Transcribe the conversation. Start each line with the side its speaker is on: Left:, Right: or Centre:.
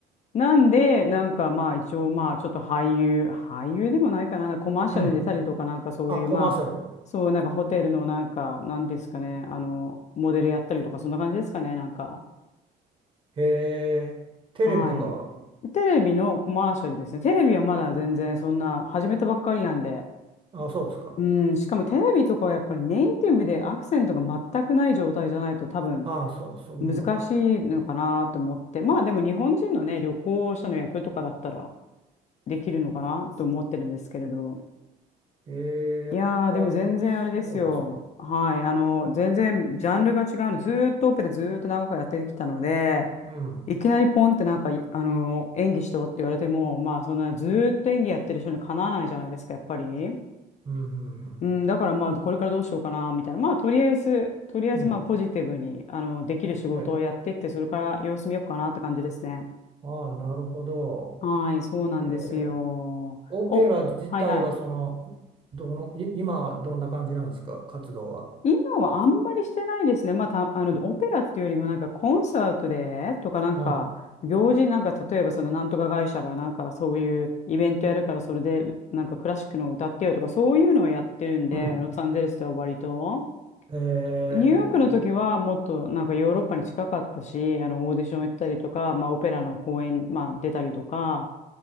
Left: なんで、なんかまあ一応まあちょっと俳優、俳優でもないかな、なんかコマーシャルに出たりとかなんかそういうまあ、
Right: い。うん。あ、コマーシャル。
Left: そうなんかホテルのなんか、なんですかね、あの、モデルやったりとかそんな感じですかね、なんか。
Right: へえ、テレビとかは、
Left: はい。テレビのコマーシャルですね。テレビはまだ全然そんな始めたばっかりなんで。
Right: あ、そうですか。
Left: うん、しかもテレビとかはやっぱりネイティブでアクセントが全くない状態じゃないと多分
Right: ああ、そう、そういうのが。
Left: 難しいのかなと思って、まあでも日本人のね、旅行者の役とかだったらできるのかなと思ってるんですけれど、
Right: ええ、
Left: いやー、
Right: わ、
Left: でも全然あれですよ。
Right: そうですか。
Left: はい、あの、全然ジャンルが違うの、ずーっとオペラずーっと長くやってきたので、
Right: うん、
Left: いきなりポンってなんか、いあの、演技しろって言われても、まあそんなずーっと演技やってる人にかなわないじゃないですか、やっぱり。
Right: うん、うん、
Left: うん、だからまあ、これからどうしようかな、みたいな。まあ、とりあえず、とりあえずまあ、
Right: うん。うん
Left: ポジティブに、あの、できる仕事をやってって、
Right: え、
Left: それから様子見ようかなって感じですね。
Right: ああ、なるほど。
Left: はい、そうなんですよ。
Right: えーオペラ自体はその、
Left: お、はいはい。
Right: どの、い今はどんな感じなんですか、活動は。
Left: 今はあんまりしてないですね。まあ、た、あの、オペラっていうよりもなんかコンサートでとかなんか、
Right: ああ、
Left: 行事なんか、例えばそのなんとか会社がなんかそういうイベントやるからそれでなんかクラシックの歌ってよとかそういうのをやってるんで、
Right: うん。
Left: ロサンゼルスでは割と。
Right: えー
Left: ニューヨークの時はもっとなんかヨーロッパに近かったし、あのオーディション行ったりとか、まあオペラの公演、まあ出たりとか、